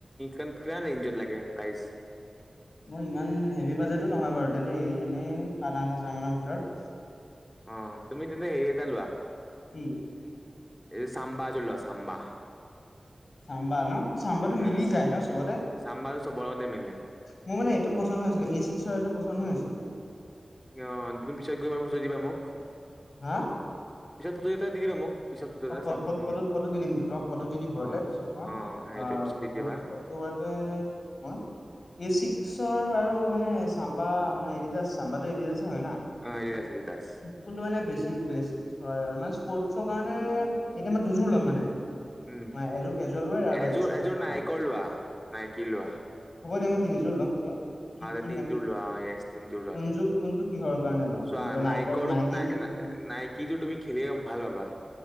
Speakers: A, in the centre; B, on the left (about 70°).
A: কিমান ৰেঞ্জত লাগে প্ৰাইচ?
B: মোৰ ইমান হেভি বাজেটো নহয় বাৰু দেই এনেই সাত আঠ হাজাৰ মানৰ ভিতৰত।
A: অঁ তুমি তেন্তে হেৰি এটা লোৱা, -
B: কি?
A: এই ছাম্বাজোৰ লোৱা ছাম্বা।
B: ছাম্বা ন, ছাম্বা টো
A: উম
B: মিলি যায় ন চবতে।
A: চাম বাৰু চবৰ লগতে মিলে
B: মোৰ মানে এইটো পচন্দ হৈ আছিলে এ চিক্স চাৰ্জৰ পচন্দ হৈ আছিলে।
A: অঁ তুমি পিছত গৈ বাৰু ফটো দিবা মোক।
B: হা?
A: পিছত ফটোকেইটা দি দিবা মোক। পিছত ফটো এটা
B: অঁ ফটোত
A: চাম মই
B: ফটো দি দিম, তোমাক ফটো দি দিম ঘৰতে
A: অ
B: পিছত মই।
A: অ সেইটোৱে
B: অঁ
A: পিছত দি দিবা
B: মোৰ ফটো মানে মোৰ। এ চিক্সৰ বাৰু মানে চাম্বাৰ- মানে এডিডাছ, চাম্বাটো এডিডাছে হয় না।
A: অ এডিডাছ এডিডাছ
B: কোনটো মানে বেছি বেষ্ট হয় মানে স্পৰ্টৰ কাৰণে এতিয়া মানে দুযোৰ ল'ম মানে।
A: উম,
B: এযোৰ কেজুৱেল ৱেৰ আৰু
A: এযোৰ
B: স্পৰ্টছৰ
A: এযোৰ নাইকৰ
B: কাৰণে
A: লোৱা নাইকী লোৱা।
B: হ'ব দে, মই তিনিযোৰ লম এতিয়া। কি
A: আ
B: কি
A: তিন
B: মানে
A: যোৰ লোৱা অঁ এছ, তিন যোৰ লোৱা
B: কোনযোৰ কোনটো কিহৰ কাৰণে লওঁ
A: চোৱা
B: মানে এতিয়া
A: নাইৰ
B: নাইকৰ নাইকিযোৰ
A: নাই
B: কিহৰ কাৰণে
A: নাইক- কি যোৰ তুমি খেলিম ভাল পাবা?